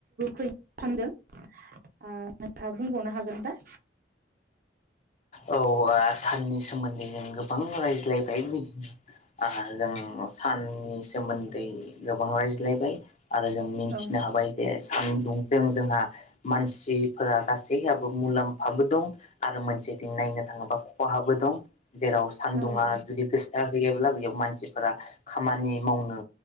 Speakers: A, on the right; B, on the left.
A: फै सानजों नोंथाङा बुंबावनो हागोन दा
B: औ ओ साननि सोमोन्दै जों गोबां रायज्लायबाय बिदिनो ओ जों साननि सोमोन्दै गोबां रायज्लायबाय आरो जों मिन्थिनो
A: औ
B: हाबाय जे सानदुंजों जोंहा मानसिफोरा गासैहाबो मुलाम्फाबो दं आरो मोनसे थिं नायनो थाङोबा खहाबो दं जेराव सानदुंङा
A: औ औ
B: जुदि जाहैयोब्ला बेयाव मानसिफोरा खामानि मावनो